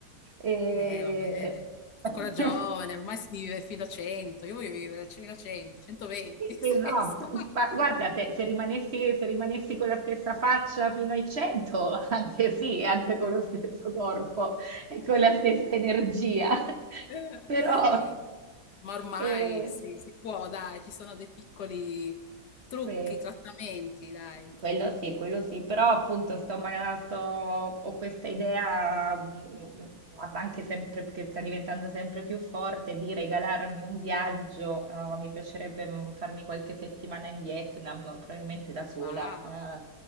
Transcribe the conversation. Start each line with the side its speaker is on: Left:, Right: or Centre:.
Right: E...
Left: Eh, vabbè, sei ancora
Right: <laughs>
Left: giovane, ormai si vive fino a 100. Io voglio vivere fino a 100, 120,
Right: Sì,
Left: <laughs> se
Right: no,
Left: riesco.
Right: ma guarda, se, se rimanessi, se rimanessi con la stessa faccia fino ai 100, <laughs> anche sì, anche con lo stesso corpo e con la stessa energia. <laughs>
Left: Eh,
Right: Però,
Left: Sì, ma ormai
Right: eh,
Left: sì, si può, dai, ci sono dei piccoli trucchi,
Right: sì.
Left: trattamenti, dai.
Right: Quello sì, quello sì, però appunto sto, ma- sto, ho questa idea, mm, anche sempre, che sta diventando sempre più forte, di regalarmi un viaggio. eh, mi piacerebbe mm, farmi qualche settimana in Vietnam, probabilmente da sola.
Left: Wow,
Right: eh,